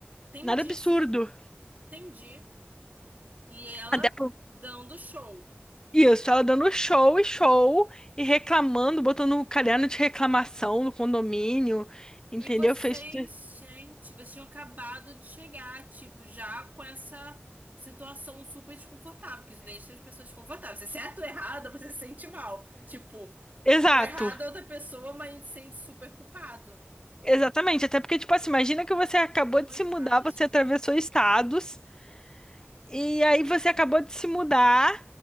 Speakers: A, on the right; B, on the left.
A: Entendi,
B: Nada absurdo.
A: sim. Entendi. E ela
B: Até por
A: dando show.
B: Isso, ela dando show e show e reclamando, botando um caderno de reclamação no condomínio,
A: E
B: entendeu?
A: vocês,
B: Fez. tu-
A: gente, vocês tinham acabado de chegar, tipo, já com essa situação super desconfortável, que isso deixa as pessoas desconfortáveis. Se é certo ou errado, você se sente mal. Tipo,
B: Exato,
A: O errado é outra pessoa, mas a gente se sente super culpado.
B: exatamente. Até porque, tipo assim, imagina que você acabou de
A: Coitadas,
B: se mudar, você
A: cara.
B: atravessou estados, e aí você acabou de se mudar,